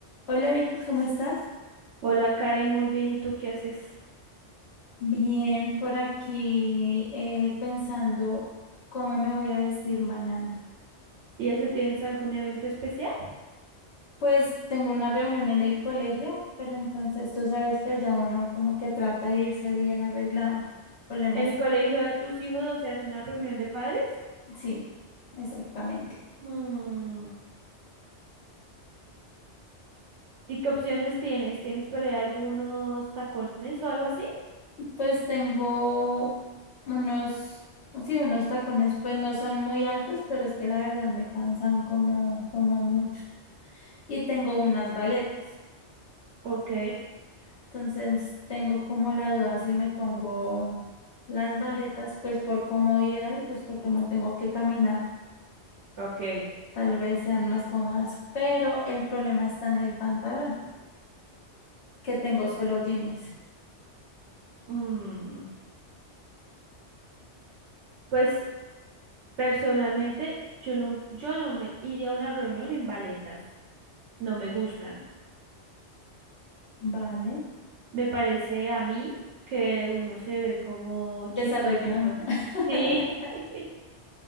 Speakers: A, on the left (about 65°); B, on the right (about 75°).
A: Hola Vicky, ¿cómo estás?
B: Hola Karen, muy bien. ¿Y tú qué haces?
A: Bien, por aquí eh, pensando cómo me voy a vestir mañana.
B: ¿Y eso tienes algún evento especial?
A: Pues tengo una reunión en el colegio, pero entonces tú sabes que allá uno como que trata de irse bien arreglado. Problemas,
B: ¿En el colegio de tus hijos, o sea, es una reunión de padres?
A: sí, exactamente.
B: Mm, ¿Y qué opciones tienes? ¿Tienes por ahí algunos tacones o algo así?
A: Pues tengo unos, sí, unos tacones, pues no son muy altos, pero es que la verdad me cansan como, como mucho. Y tengo unas baletas.
B: Ok,
A: Entonces tengo como la duda si me pongo las baletas, pues por comodidad y pues porque no tengo que caminar,
B: ok.
A: tal vez sean más cómodas, pero el problema está en el pantalón, que tengo solo jeans.
B: Mm, Pues personalmente yo no, yo no me iría a una reunión en baletas. No me gustan.
A: Vale,
B: Me parece a mí que uno se ve como
A: desarreglado.
B: chistosito.
A: <laughs>
B: Sí. <laughs>